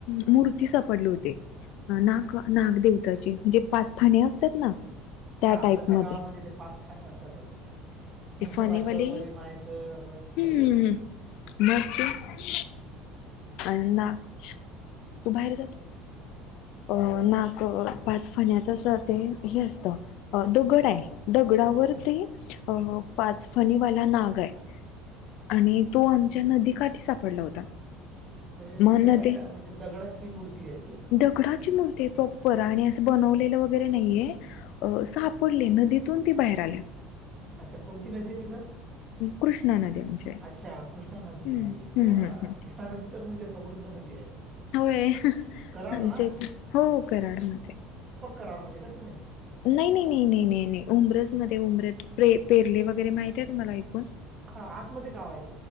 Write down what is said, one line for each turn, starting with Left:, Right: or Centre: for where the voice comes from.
Left: मूर्ती सापडले होते. नाग नाग देवताची म्हणजे पाच फण्या असतात ना! त्या
Right: हा
Left: टाईप
Right: प्रत्येक
Left: मध्ये
Right: गावामध्ये ते पाच ठाणे असतातच. म्हसोबाचं
Left: फनी वली
Right: मरी मायचं असं ठरलेलं
Left: हम् हम्
Right: आहे
Left: हम् म अ नाग तू बाहेर जात. अ नाक पाच फण्याच अस ते हे असतं दोघड आहे. दगडावर
Right: हा
Left: ते अ पाचफणीवाला नाग आहे. आणि तो आमच्या नदीकाठी सापडला होता.
Right: म्हणजे
Left: मग नदी
Right: हे का म्हणजे दगडाची मूर्ती आहे ती,
Left: दगडाची मूर्ती प्रॉपर आणि असं बनवलेली. वगैरे नाही सापडले नदीतून ती बाहेर आले.
Right: अच्छा कोणती नदी आहे तिथं?
Left: कृष्णा नदी आमची आहे.
Right: अच्छा कृष्णा नदी
Left: हम्म
Right: वा
Left: हम्म हम्म हम्म
Right: कृष्णा नदी तर म्हणजे, समृद्ध नदी आहे.
Left: होय,
Right: कराड
Left: आज
Right: ना
Left: हो कराड मध्ये,
Right: करामध्ये का तुम्ही,
Left: नाही नाही नाही नाही नाही नाही उमरेस मध्ये उमरे पेरले वगैरे माहती आहे तुम्हाला ऐकून,
Right: हा आतमध्ये गाव आहेत.